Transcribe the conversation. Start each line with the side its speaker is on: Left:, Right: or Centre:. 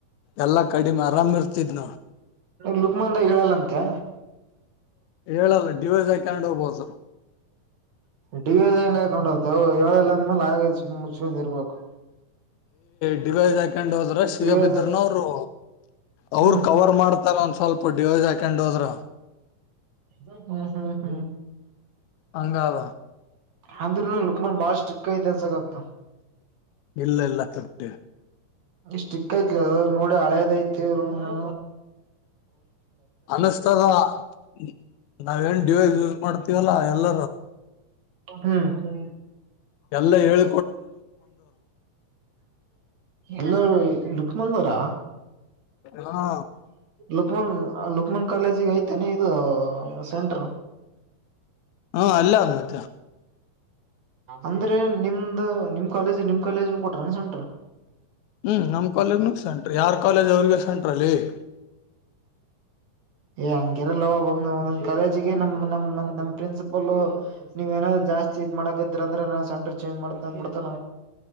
Left: ಎಲ್ಲ ಕಡಿಮೆ ಆರಾಮ ಇರ್ತಿದ್ನು
Right: ಲುಕ್ಮಂದ ಹೇಳಲ್ಲಂತೆ
Left: ಹೇಳಲ್ಲ ಡಿವೈಸ್ ಹಾಕೊಂಡು ಹೋಗಬಹುದು
Right: ಡಿವಿಂಗ್ ಹಾಕೊಂಡ್ ಹೋಗ್ತ ಏಳಲ್ಲ ಅಂದ್ಮೇಲೆ ಹಾಗೆ ಸು ಮುಚ್ಕಂದ ಇರ್ಬೇಕು
Left: ಡಡಿವೈ ಹಾಕ್ಕೊಂಡ್ ಹೋದ್ರ ಶ
Right: ಡಿವೈಸ್
Left: ಬಿದರುನ ಅವರು ಅವರು
Right: ಹ್ಮ್
Left: ಕವರ್ ಮಾಡ್ ಅ ಒಂದ ಸ್ವಲ್ಪ ಡಿವೈಸ್ ಹಾಕೊಂಡ್ ಹೋದ್ರೆ
Right: ಹಾ ಹಾ ಹಾ
Left: ಹಂಗಾವ
Right: ಹಂದ ಲುಕ್ಮನ್ ಬಾರ ಸ್ಟ್ರಕ್ ಇಸತ
Left: ಇಲ್ಲ ಇಲ್ಲ ತಟ್ಟಿ
Right: ಸ್ಟ್ರಕ್ ಕಯ ನೋಡಿ ಹಳೇದಐತಿವರ್ಷ
Left: ಅನಸ್ತದ ದ ನಾವೇಏನ್ ಡಿವೈಸ್ ಯೂಸ್ ಮಾಡ್ತ ಇವಲ್ಲ ಎಲ್ಲ
Right: ಹಾ ಹ್ಮ
Left: ಅಲ್ಲ ಹೇಳ
Right: ಎಲ್ಲ ಲುಕ್ಮನ್ ಅವರಾ
Left: ಹಾ
Right: ಲಕ್ಮನ್ ಲಲುಕ್ಮನ್ ಕಾಲೇಜಿಗೆ ಐತೇನೆ ಇದು ಸೆಂಟರು
Left: ಹಾ ಅಲ್ಲ ಅತ್ತ
Right: ಅಂದ್ರೆ ನಿಮ್ದ ನಿಮ್ ಕಾಲೇಜ್ ನಿಮ್ ಕಾಲೇಜನ್ ಕೊಟ್ರ ಅನ್ಸಂಟ್ರ
Left: ಹ್ಮ್ ನಮ್ ಕಾಲೇಜ್ನ ಸಂ್ರರಿ ಯಾರ್ ಕಾಲೇಜ ಅವ್ರಗ <unintelligible> ಲೇ <unintelligible>
Right: ಏ ಹಂಗಿರಲ್ಲ ಕಾಲೇಜಿಗೆ ನಮ್ ನಮ ನಮ್ ಪ್ರಿನ್ಸಿಪಲ್ ನೀವೇನಾದ್ ಜಾಸ್ತಿ ಇದ್ ಮಾಡಕಿದ್ರ ಅಂದ್ರೆ ನ ಸೆಂಟರ್ ಚೇಂಜ್ ಮಾಡ್ತಂದ್ಬಿಡ್ತಾನ